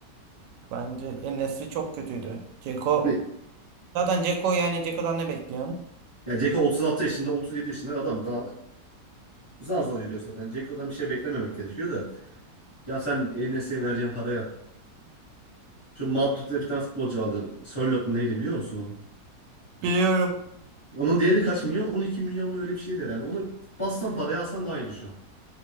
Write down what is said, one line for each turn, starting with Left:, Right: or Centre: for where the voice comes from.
Right: Bence En-Nesyri çok kötüydü. Dzeko.
Left: Hani
Right: Zaten Dzeko yani Dzeko'dan ne bekliyorsun?
Left: ya Ceko 36 yaşında, 37 yaşında adam daha zar zor yürüyor zaten. Dzeko'dan bir şey beklememek gerekiyor da. Ya sen Enes'e vereceğin paraya. Şu Madrid'de bir tane futbolcu vardı. Sörloth mu neydi biliyor musun onu?
Right: Biliyorum.
Left: Onun değeri kaç milyon? on iki milyon mu öyle bir şeydi herhalde. Onu bassan paraya alsan daha iyiydi şu an.